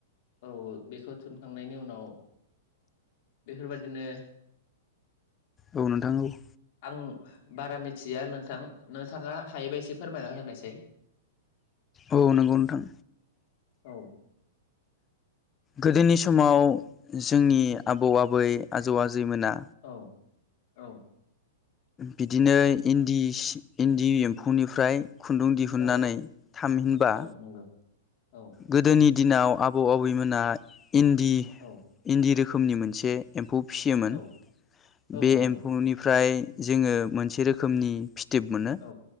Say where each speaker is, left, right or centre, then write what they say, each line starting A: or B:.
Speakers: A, on the left; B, on the left.
A: औ। बेखौ थुनखांनायनि उनाव बेफोरबादिनो
B: औ नोंथां औ
A: आं बारा मिथिया नोंथां नोंथाङा हायोबा एसे फोरमायना होनायसाय
B: औ नोंगौ नोंथां
A: औ
B: गोदोनि समाव जोंनि आबौ आबै आजौ आजैमोना
A: औ औ
B: बिदिनो इन्दि सि इन्दि एम्फौनिफ्राय खुन्दुं दिहुननानै
A: औ
B: थामहिनबा
A: औ नंगौ औ
B: गोदोनि दिनाव आबौ आबैमोना इन्दि
A: औ
B: इन्दि रो खोमनि मोनसे एम्फौ फिसियोमोन
A: औ औ
B: बे
A: नंगौ
B: एम्फौनिफ्राय जोङो मोनसे रोखोमनि फिथोब मोनो
A: औ